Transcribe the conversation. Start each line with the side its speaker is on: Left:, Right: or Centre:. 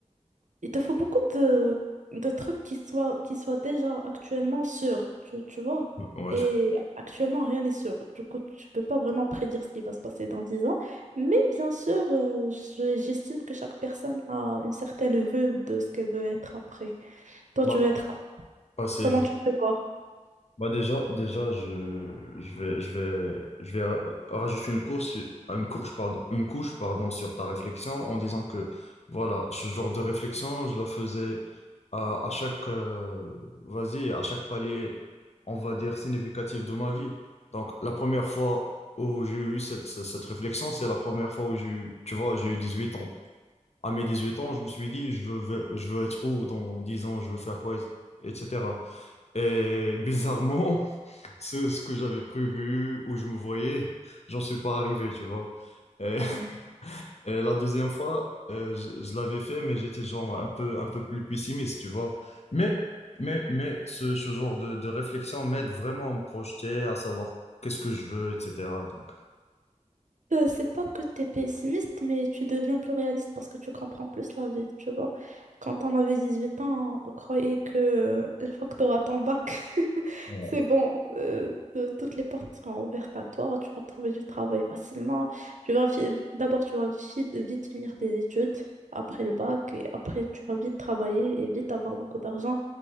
Right: il te faut beaucoup de, de trucs qui soient, qui soient déjà actuellement sûrs, tu, tu vois.
Left: Ouais,
Right: Et
Left: je...
Right: actuellement, rien n'est sûr. Du coup, tu peux pas vraiment prédire ce qui va se passer dans 10 ans. Mais bien sûr, euh, je- j'estime que chaque personne a une certaine vue de ce qu'elle veut être après. Toi,
Left: bah,
Right: tu veux être quoi?
Left: bah, c'est
Right: Comment tu te vois?
Left: Bah déjà, déjà je, je vais, je vais, je vais ra- rajouter une course, une couche, pardon, une couche, pardon, sur ta réflexion en disant que voilà, ce genre de réflexion, je la faisais à, à chaque, euh, vas-y, à chaque palier, on va dire, significatif de ma vie. Donc, la première fois où j'ai eu cette, cette cette réflexion, c'est la première fois où j'ai eu, tu vois, j'ai eu 18 ans. À mes 18 ans, je me suis dit, je veux, je veux être où dans 10 ans, je veux faire quoi, etc. Et bizarrement, ce, ce que j'avais prévu, où je me voyais, j'en suis pas arrivé, tu vois. Et,
Right: Ouais.
Left: <laughs> et la deuxième fois, euh, je, je l'avais fait, mais j'étais genre un peu, un peu plus pessimiste, tu vois. Mais, mais, mais ce, ce genre de, de réflexion m'aide vraiment à me projeter, à savoir qu'est-ce que je veux, etc. Donc,
Right: Euh, c'est pas que t'es pessimiste, mais tu deviens plus réaliste parce que tu comprends plus la vie, tu vois. Quand on avait 18 ans, on croyait que euh, une fois que t'auras ton bac, <laughs>
Left: ouais.
Right: c'est bon, euh, euh, toutes les portes seront ouvertes à toi, tu vas trouver du travail facilement. Tu vas fi- d'abord, tu vas fi- vite finir tes études après le bac et après, tu vas vite travailler et vite avoir beaucoup d'argent.